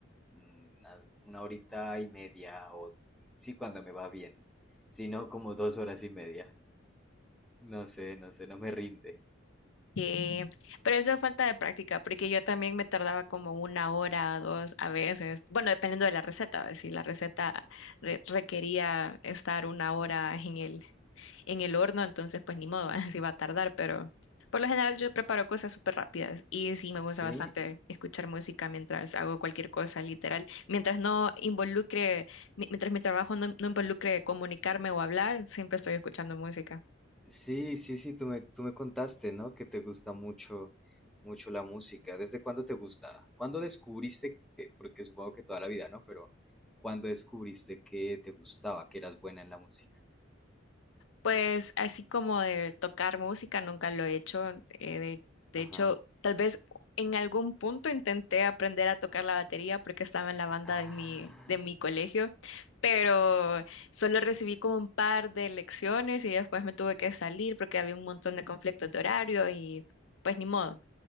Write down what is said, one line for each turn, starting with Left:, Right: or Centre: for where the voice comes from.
Centre: mm, unas- una horita y media o sí cuando me va bien. Si no, como dos horas y media. No sé, no sé, no me rinde.
Left: que- pero eso es falta de práctica, porque yo también me tardaba como una hora, dos a veces, bueno, dependiendo de la receta, ¿ves? si la receta re- requería estar una hora en el en el horno, entonces pues ni modo, <laughs> así va a tardar, pero por lo general yo preparo cosas súper rápidas y sí me gusta
Centre: Sí,
Left: bastante escuchar música mientras hago cualquier cosa, literal, mientras no involucre, mi- mientras mi trabajo no, no involucre comunicarme o hablar, siempre estoy escuchando música.
Centre: Sí, sí, sí, tú me, tú me contaste, ¿no? Que te gusta mucho, mucho la música. ¿Desde cuándo te gusta? ¿Cuándo descubriste que, porque supongo que toda la vida, ¿no? Pero ¿cuándo descubriste que te gustaba, que eras buena en la música?
Left: Pues así como de tocar música, nunca lo he hecho. eh, de, de
Centre: Ajá.
Left: hecho, tal vez en algún punto intenté aprender a tocar la batería porque estaba en la banda
Centre: Ah,
Left: de mi, de mi colegio, pero solo recibí como un par de lecciones y después me tuve que salir porque había un montón de conflictos de horario y pues ni modo.